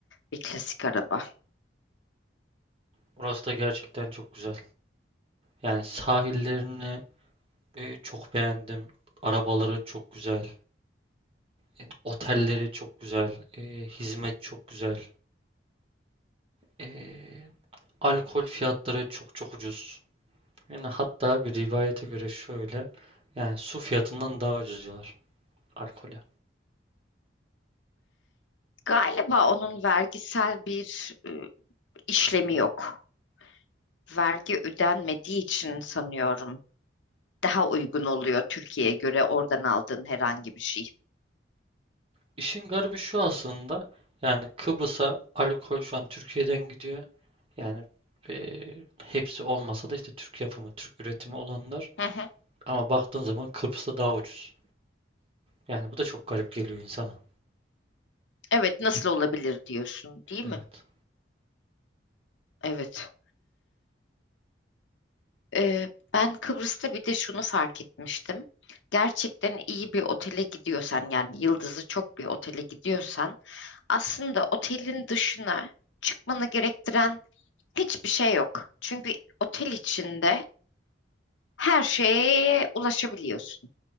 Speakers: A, on the left; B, on the right.
A: bir klasik araba.
B: Orası da gerçekten çok güzel. Yani sahillerini e, çok beğendim. Arabaları çok güzel. E, otelleri çok güzel. E, hizmet çok güzel. E, alkol fiyatları çok çok ucuz. Yani hatta bir rivayete göre şöyle. Yani su fiyatından daha ucuz diyorlar alkole.
A: Galiba onun vergisel bir e, işlemi yok. Vergi ödenmediği için sanıyorum daha uygun oluyor Türkiye'ye göre oradan aldığın herhangi bir şey.
B: İşin garibi şu aslında. Yani Kıbrıs'a alkol şu an Türkiye'den gidiyor. Yani eee, hepsi olmasa da işte Türk yapımı, Türk üretimi olanlar.
A: Hı hı.
B: Ama baktığın zaman Kıbrıs'ta daha ucuz. Yani bu da çok garip geliyor insana.
A: Evet nasıl olabilir diyorsun değil
B: Evet.
A: mi? Evet. Ee, ben Kıbrıs'ta bir de şunu fark etmiştim. Gerçekten iyi bir otele gidiyorsan yani yıldızı çok bir otele gidiyorsan aslında otelin dışına çıkmanı gerektiren hiçbir şey yok. Çünkü otel içinde her şeye ulaşabiliyorsun.